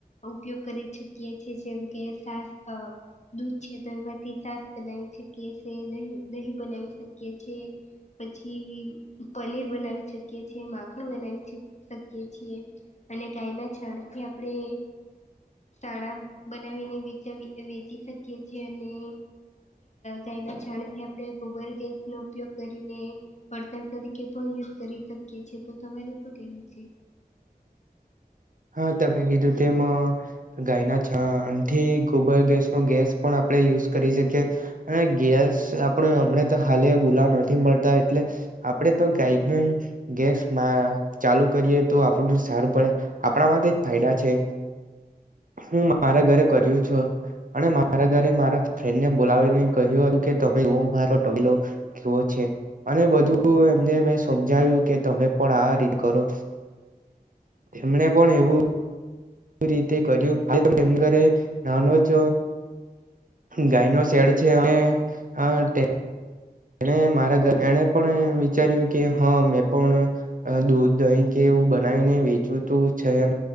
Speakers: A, on the left (about 45°); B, on the right (about 55°).
A: ઉપયોગ કરી શકીએ છીએ જેમ કે છાસ દૂધ છે તો એમાંથી છા બનાવી શકીએ છે દહી, દહીં બનાવી શકીએ છે પછી પનીર બનાવી શકીએ છીએ, માખણ બનાવી શકીએ છીએ અને ગાયના છણથી આપણે સાણા બનાવીને વેચાવિ વેચી શકીએ છેએ અને ગાયના છણથી આપણે ગોબર ગેસ નો ઉપયોગ કરીને પડતર તરીકે પણ યુઝ કરી શકીએ છેએ તો તમારે શું કેવું છે.
B: હા તમે કીધું તેમાં ગાયના - આથી ગોબર ગેસ નો ગેસ પણ આપણે યુઝ કરી શકીએ- અને ગેસ આપડે હમણે તો ખાલી ભુલા નથી મળતા એટલે આપડે તો ગાઈડન્સ ગેસ મા ચાલુ કરીએ તો આપણ સારું પડે આપણા માટે જ ફાયદા છે, હું મારા ઘરે કર્યું છે. અને મારા ઘરે મારા- ફ્રેન્ડને બોલાવીને કહ્યું હતું કે તમે મારો ટલો કેવો છે, અને બધું એમને મે સમજાવ્યું કે તમે પણ આ રીત કરો. તેમણે પણ એવું રીતે કર્યું આ ત એમ કરે નાનો જ ગાય નો શેડ છે. અને એણે મારા ઘ એણે પણ વિચાર્યું કે હા મેં પણ- દૂધ દહીં કે એવું બનાવીને વેચવું તો છેર